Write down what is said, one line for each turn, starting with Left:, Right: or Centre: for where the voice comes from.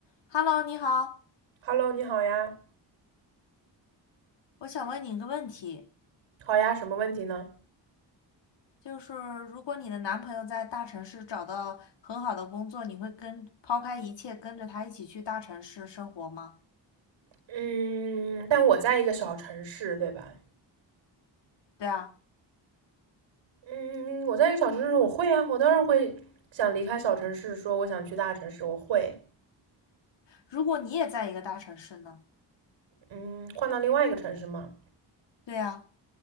Left: Hello，你好，
Right: Hello，你好呀，
Left: 我想问你一个问题，
Right: 好呀，什么问题呢？
Left: 就是如果你的男朋友在大城市找到很好的工作，你会跟抛开一切跟着他一起去大城市生活吗？
Right: 嗯，但我在一个小城市，对吧？
Left: 对啊，
Right: 嗯，我在一个小城市，我会啊，我当然会想离开小城市，说我想去大城市，我会，
Left: 如果你也在一个大城市呢？
Right: 嗯，换到另外一个城市嘛。
Left: 对啊，